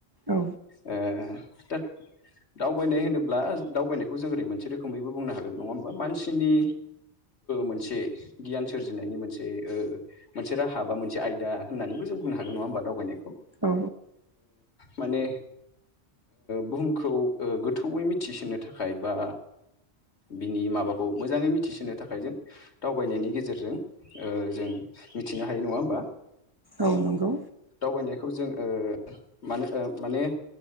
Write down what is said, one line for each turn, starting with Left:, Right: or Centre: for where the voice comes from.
Right: औ
Left: ओ दा दावबायनाय होनोब्ला दावबायनायखौ जों ओरै मोनसे रोखोमैबो बुंनो हागोन नङा होमबा मानसिनि मोनसे गियान सोरजिनायनि मोनसे मोनसे राहा बा मोनसे आयदा होननानैबोजों बुंनो हागोन नङा होमबा दावबायनायखौ
Right: औ
Left: माने बुहुमखौ गोथौयै मिथिसोनो थाखाय बा बिनि माबाखौ मोजाङै मिथिसोनो थाखाय जों दावबायनायनि गेजेरजों जों मिथिनो हायो नङा होमबा
Right: औ नंगौ
Left: दावनाय जों माने